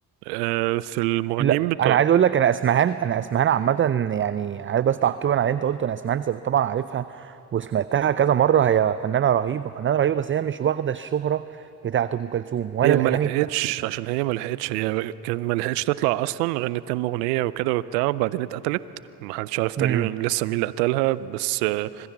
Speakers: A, on the right; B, on the right.
A: آه، في المغنيين
B: لا
A: بتوع
B: انا عايز اقول لك انا اسمهان انا اسمهان عامه يعني عايز بس تعقيبا على اللي انت قلته انا اسمهان سب- طبعا عارفها وسمعتها كذا مره هي فنانه رهيبه فنانه رهيبه بس هي مش واخده الشهره بتاعت ام كلثوم ولا
A: هي ما
B: الاغاني
A: لحقتش
B: بتاعتها
A: عشان هي ما لحقتش هي كان ما لحقتش تطلع اصلا غنت كام اغنيه وكده وبتاع وبعدين اتقتلت ما حدش عارف تقريبا
B: امم
A: لسه مين اللي قتلها بس آه،